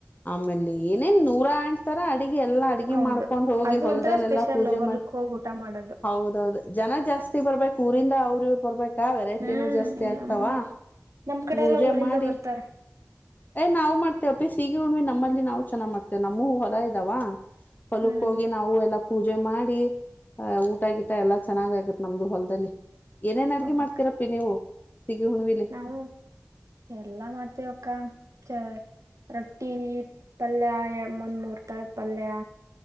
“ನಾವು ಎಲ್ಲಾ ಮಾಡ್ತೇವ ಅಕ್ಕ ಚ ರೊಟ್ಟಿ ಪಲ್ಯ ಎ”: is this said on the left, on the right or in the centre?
Right